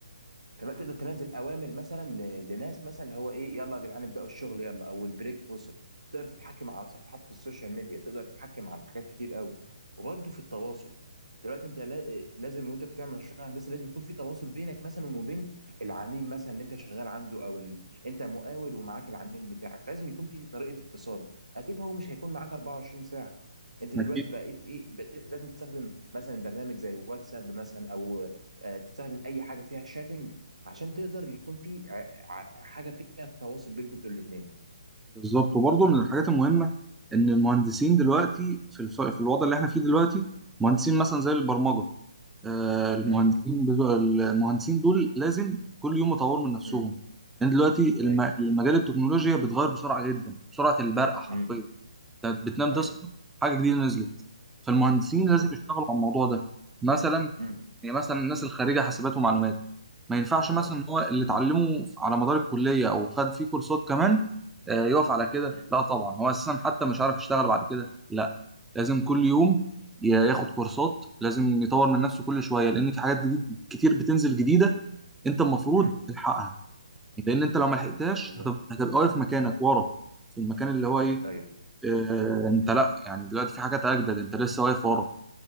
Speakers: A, on the right (about 80°); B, in the centre.
A: فما تقدر تنزل اوامر مثلا ل- لناس مثلا اللي هو ايه يلا يا جدعان ابداوا الشغل يلا او البريك وصل تقدر تتحكم على صفحات في السوشيال ميديا تقدر تتحكم على حاجات كتير قوي وبرضه في التواصل دلوقتي انت لا- لازم وانت بتعمل مشروع هندسي لازم يكون في تواصل بينك مثلا وبين العميل مثلا اللي انت شغال عنده او ال... انت مقاول ومعاك العميل بتاعك لازم يكون في طريقة اتصال اكيد هو مش هيكون معاك 24 ساعة انت دلوقتي
B: اكيد
A: بقيت ايه بقيت لازم تستخدم مثلا برنامج زي واتساب مثلا او آه، تستخدم اي حاجة فيها شاتنج عشان تقدر يكون في ع... ع... حاجه فيها تواصل بينكم انتوا الاثنين
B: بالظبط وبرضه من الحاجات المهمه ان المهندسين دلوقتي في الف... في الوضع اللي احنا فيه دلوقتي مهندسين مثلا زي البرمجه آه المهندسين
A: ايوه
B: بتوع المهندسين دول لازم كل يوم يطوروا من نفسهم
A: امم
B: لان دلوقتي الم...
A: ايوه
B: المجال التكنولوجيا بيتغير بسرعه جدا بسرعه البرق حرفيا
A: امم
B: انت بتنام
A: ايوه
B: تصحى حاجه جديده نزلت فالمهندسين
A: بالظبط
B: لازم يشتغلوا على الموضوع ده مثلا
A: امم
B: يعني مثلا الناس الخريجه حاسبات ومعلومات ما ينفعش مثلا
A: اه
B: ان هو اللي اتعلمه على مدار الكليه او خد فيه كورسات كمان آه، يقف على كده
A: امم
B: لا طبعا هو اساسا حتى مش عارف يشتغل بعد كده لا لازم كل يوم ي- ياخد كورسات لازم يطور من نفسه كل شويه لان في حاجات جديد كتير بتنزل جديده انت المفروض
A: امم
B: تلحقها يعني لان انت لو ما لحقتهاش
A: بالظبط
B: هتب- هتبقى واقف مكانك ورا في المكان اللي هو ايه
A: ايوه
B: آه، انت
A: امم
B: لا يعني دلوقتي في حاجات اجدد انت لسه واقف ورا